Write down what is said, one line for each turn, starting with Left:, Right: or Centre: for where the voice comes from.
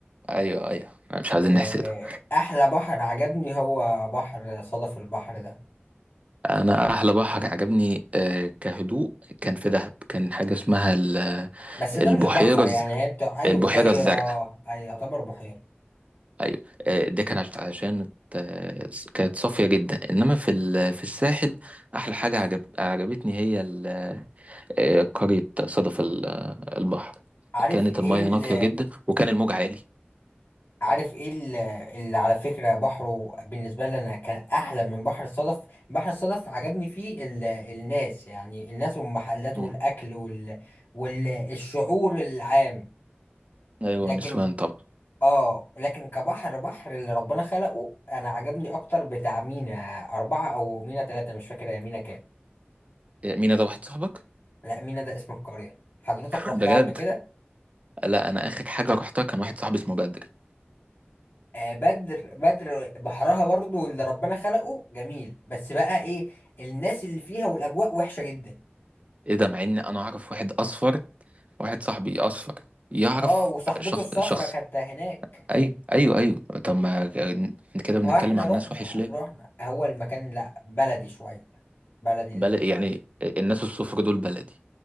Right: ايوه ايوه مش عايزين
Left: آه،
Right: نحسده
Left: احلى بحر عجبني هو بحر صدف البحر ده
Right: انا احلى بحر عجبني آه، كهدوء كان في دهب كان حاجة اسمها ال-
Left: بس
Right: البحيرة
Left: ده مش بحر
Right: الز-
Left: يعني هي بتاع ايوه
Right: البحيرة
Left: بحيرة
Right: الزرقاء
Left: اي يعتبر بحيرة
Right: ايوه آه، ده كان عش- عشان آه، كانت صافية جدا انما في ال- في الساحل احلى حاجة عجب عجبتني هي ال- آه، قرية صدف ال- آه، البحر
Left: عارف
Right: كانت
Left: ايه
Right: المية
Left: ال
Right: نقية جدا وكان الموج عالي
Left: عارف ايه ال- اللي على فكرة بحره بالنسبة لي انا كان احلى من بحر الصدف بحر الصدف عجبني فيه ال... الناس يعني الناس والمحلات
Right: مم.
Left: والاكل وال... والشعور العام
Right: ايوه
Left: لكن
Right: النسوان طبعا
Left: اه لكن كبحر بحر اللي ربنا خلقه انا عجبني اكتر بتاع مينا اربعة او مينا تلاتة مش فاكر هي مينا كام
Right: آه، مين ده واحد صاحبك
Left: لا مينا ده اسم القرية حضرتك رحتها
Right: بجد
Left: قبل كده
Right: لا انا اخر حاجة رحتها كان واحد صاحبي اسمه بدري
Left: آه بدر بدر بحرها برضو اللي ربنا خلقه جميل بس بقى ايه الناس اللي فيها والاجواء وحشة جدا
Right: ايه ده مع ان انا اعرف واحد اصفر واحد صاحبي اصفر يعرف
Left: اه وصاحبته
Right: شخص
Left: الصفرة
Right: شخص
Left: كانت هناك
Right: ايوه ايوه ايوه طب ما آه، كده
Left: ما
Right: بنتكلم
Left: هو احنا
Right: عن
Left: رحنا
Right: ناس وحش ليه
Left: رحنا هو المكان لا بلدي شوية بلدي
Right: بل
Left: ال...
Right: يعني الناس الصفر دول بلدي